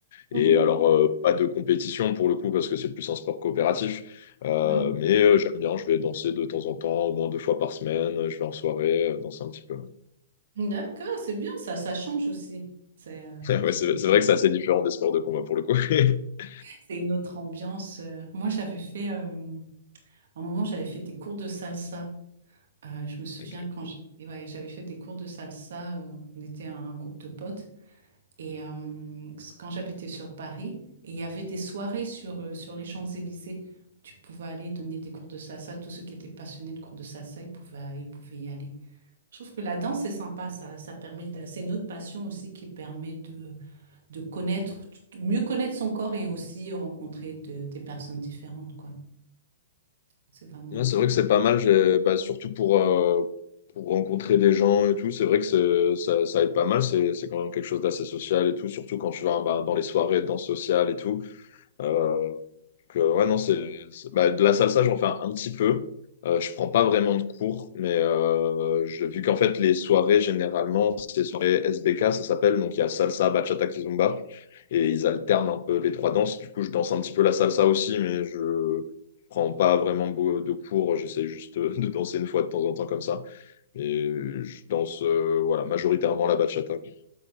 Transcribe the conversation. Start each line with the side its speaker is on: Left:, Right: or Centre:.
Right: Mhm.
Left: Et alors, euh, pas de compétition pour le coup, parce que c'est plus un sport coopératif. Euh,
Right: Oui.
Left: mais euh, j'aime bien, je vais danser de temps en temps, au moins deux fois par semaine. Je vais en soirée, euh, danser un petit peu.
Right: D'accord. C'est bien ça. Ça change aussi. C'est euh,
Left: <laughs> Ouais,
Right: c'est-
Left: c'est c'est vrai que c'est assez différent des sports de combat pour le coup. <laughs>
Right: C'est une autre ambiance. Euh, Moi, j'avais fait, euh, à un moment, j'avais fait des cours de salsa. Euh, je me souviens
Left: Ok.
Right: quand j'ai- et ouais, j'avais fait des cours de salsa, euh, on était un, un groupe de potes. Et euh, quand j'habitais sur Paris, et il y avait des soirées sur, euh, sur les Champs-Élysées. Tu pouvais aller donner des cours de salsa. Tous ceux qui étaient passionnés de cours de salsa, ils pouvaient, ils pouvaient y aller. Je trouve que la danse, c'est sympa. Ça, ça permet de- c'est une autre passion aussi qui permet de de connaître, mieux connaître son corps et aussi rencontrer de- des personnes différentes, quoi. C'est vraiment,
Left: Ouais, c'est
Right: c'est
Left: vrai
Right: vraiment.
Left: que c'est pas mal, j'ai- bah, surtout pour, euh, pour rencontrer des gens et tout. C'est vrai que c'est- ça, ça aide pas mal. C'est c'est quand même quelque chose d'assez social et tout, surtout quand tu vas bah, dans les soirées de danse sociale et tout. Euh, Donc, euh, ouais, non, c'est, c'est- bah, de la salsa, j'en fais un, un petit peu. Euh, je prends pas vraiment de cours, mais euh, je- vu qu'en fait, les soirées, généralement, c'est les soirées SBK, ça s'appelle. Donc, il y a salsa, bachata, kizomba. Et ils alternent un peu les trois danses. Du coup, je danse un petit peu la salsa aussi, mais je prends pas vraiment beau- de cours. J'essaie juste euh, de danser une fois de temps en temps comme ça. Et je danse, euh, voilà, majoritairement la bachata, quoi,